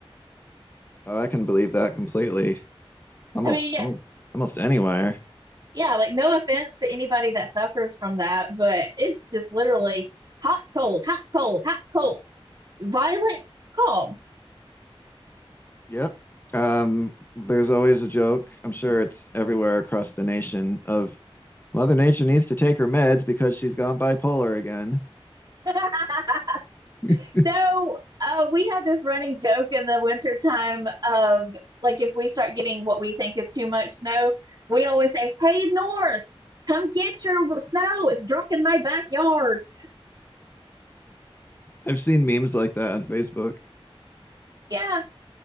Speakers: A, on the left (about 20°); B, on the right (about 45°).
A: Oh, I can believe that completely. Almost,
B: I mean, yeah,
A: almost, almost anywhere.
B: yeah, like no offense to anybody that suffers from that, but it's just literally hot, cold, hot, cold, hot, cold, violent, calm.
A: Yep. Um, there's always a joke. I'm sure it's everywhere across the nation of Mother Nature needs to take her meds because she's gone bipolar again.
B: <laughs>
A: <laughs>
B: So uh, we have this running joke in the wintertime of like if we start getting what we think is too much snow, we always say, Hey, North, come get your snow. It's drunk in my backyard.
A: I've seen memes like that on Facebook.
B: Yeah.